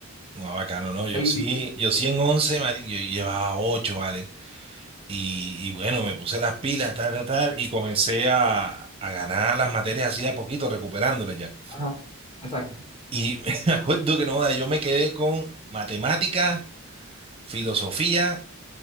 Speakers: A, on the right; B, on the left.
A: No, bacano, no. Yo
B: Y,
A: sí, yo sí en 11 mari- yo llevaba ocho ¿vale? Y, y bueno, me puse las pilas, tal, tal, tal, y comencé a, a ganar las materias así a poquito, recuperándolas ya.
B: ajá, exacto.
A: Y <laughs> me acuerdo que no, joda, yo me quedé con matemáticas, filosofía,